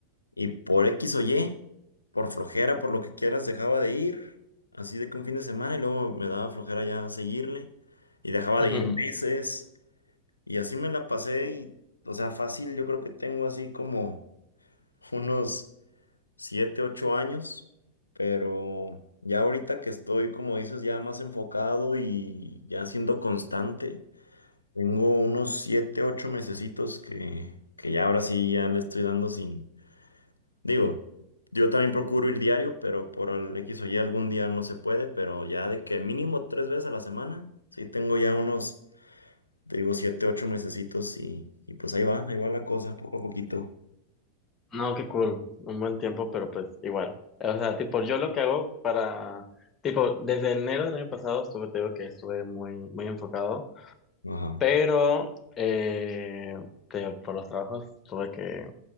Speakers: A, on the left; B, on the left.
A: Y por X o Y, por flojera, por lo que quieras, dejaba de ir. Así de que un fin de semana y luego me daba flojera ya seguirle. Y dejaba
B: <laughs>
A: de ir meses. Y así me la pasé y, o sea, fácil, yo creo que tengo así como unos siete, ocho años. Pero ya ahorita que estoy, como dices, ya más enfocado y ya siendo constante. Tengo unos siete, ocho mesecitos que, que ya ahora sí ya le estoy dando sin... Digo, yo también procuro ir diario, pero por el X o Y algún día no se puede, pero ya de que mínimo tres veces a la semana, sí tengo ya unos, te digo, siete, ocho mesecitos y, y pues ahí va, ahí va la cosa, poco a poquito.
B: No, qué cool, un buen tiempo, pero pues igual. O sea, tipo, yo lo que hago para, tipo, desde enero del año pasado estuve, te digo que estuve muy, muy enfocado,
A: Ajá.
B: pero, eh, te digo, por los trabajos tuve que